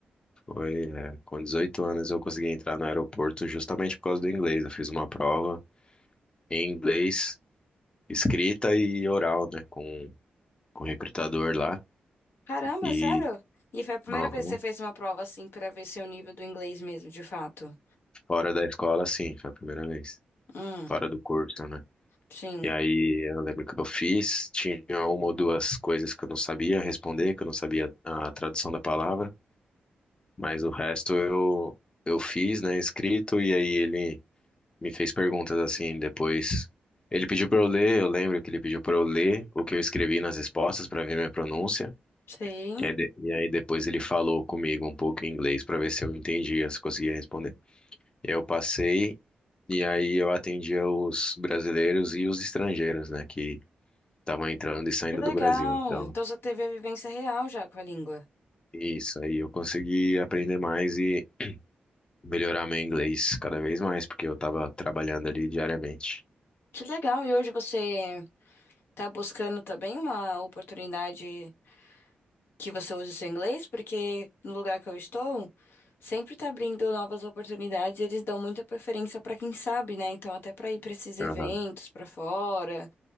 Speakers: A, on the left; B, on the left.
A: Foi, é, com 18 anos eu consegui entrar no aeroporto justamente por causa do inglês. Eu fiz uma prova em inglês escrita e oral, né, com, com o recrutador lá.
B: Caramba,
A: E
B: sério? E foi a primeira
A: aham,
B: vez que você fez uma prova assim pra ver seu nível do inglês mesmo, de fato.
A: fora da escola, sim, foi a primeira vez.
B: Hum,
A: Fora do curso, né?
B: sim.
A: E aí eu lembro que eu fiz, tinha uma ou duas coisas que eu não sabia responder, que eu não sabia a tradução da palavra, mas o resto eu, eu fiz, né, escrito, e aí ele me fez perguntas assim depois. Ele pediu para eu ler, eu lembro que ele pediu para eu ler o que eu escrevi nas respostas para ver minha pronúncia.
B: Sim.
A: E aí, de- e aí depois ele falou comigo um pouco em inglês para ver se eu entendia, se conseguia responder. Eu passei e aí eu atendia os brasileiros e os estrangeiros, né, que estavam entrando e saindo
B: Que legal.
A: do Brasil. Então,
B: Então você teve a vivência real já com a língua.
A: isso aí eu consegui aprender mais e melhorar meu inglês cada vez mais, porque eu estava trabalhando ali diariamente.
B: Que legal. E hoje você tá buscando também uma oportunidade que você use o seu inglês? Porque no lugar que eu estou, sempre tá abrindo novas oportunidades, e eles dão muita preferência pra quem sabe, né? Então até pra ir pra esses eventos
A: Aham.
B: pra fora.